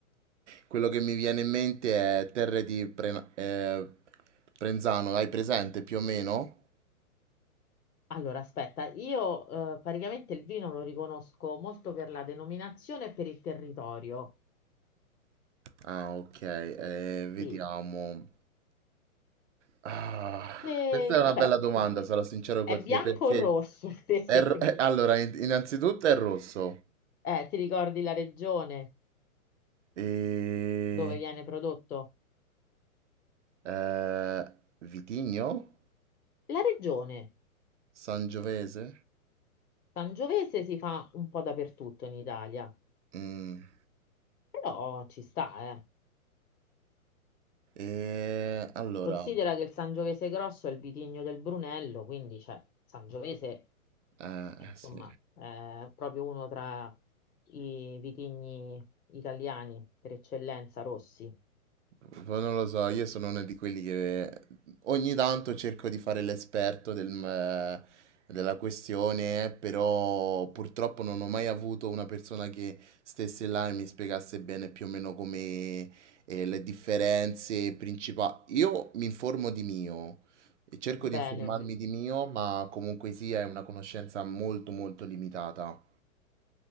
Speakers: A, on the right; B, on the left.
A: quello che mi viene in mente è Terre di Pre- eh, Prenzano, hai presente più o meno?
B: Allora, aspetta, io eh, praticamente il vino lo riconosco molto per la denominazione e per il territorio.
A: Ah, ok, eh, vediamo.
B: Sì.
A: Ah,
B: E,
A: questa è una
B: e
A: bella
B: beh,
A: domanda, sarò sincero
B: è
A: con
B: bianco
A: te, perché
B: o rosso, <laughs> ad esempio?
A: è ro- <laughs> allora, in- innanzitutto è rosso.
B: Eh, ti ricordi la regione
A: E...
B: dove viene prodotto?
A: Eh, Vitigno?
B: La regione
A: Sangiovese?
B: Sangiovese si fa un po' dappertutto in Italia,
A: Mm.
B: però ci sta, eh.
A: E allora,
B: Considera che il Sangiovese grosso è il vitigno del Brunello, quindi cioè, Sangiovese
A: eh, eh,
B: insomma,
A: sì.
B: eh, proprio uno tra i vitigni italiani per eccellenza, rossi.
A: Poi Non lo so, io sono uno di quelli che ogni tanto cerco di fare l'esperto del- eh, della questione, però purtroppo non ho mai avuto una persona che stesse là e mi spiegasse bene più o meno come eh, le differenze principali. Io mi informo di mio e cerco di
B: Bene.
A: informarmi di mio, ma comunque sia è una conoscenza molto molto limitata.